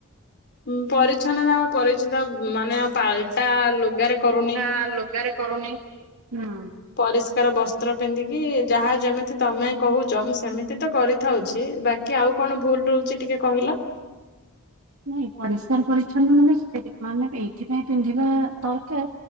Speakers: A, on the left; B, on the right.
A: ମୁଁ ପରିଚ୍ଛନ୍ନତା ପରିଛିତ ମାନେ ପାଲଟା ଲୁଗାରେ କରୁନି ‌।
B: ଟା ଲୁଗାରେ। କରୁନି ହୁଁ।
A: ପରିଷ୍କାର ବସ୍ତ୍ର ପିନ୍ଧିକି ଯାହା ଯେମିତି ତମେ କହୁଛ ମୁଁ ସେମିତି ତ କରିଥାଉଛି ବା କି ଆଉ କଣ ଭୁଲ ରହୁଛି ଟିକେ କହିଲ।
B: ନାଇଁ ପରିଷ୍କାର ପରିଚଛନ୍ନ ମାନେ ମାନେ ଏଇଥି ପାଇଁ ପିନ୍ଧିବା ଦରକାର।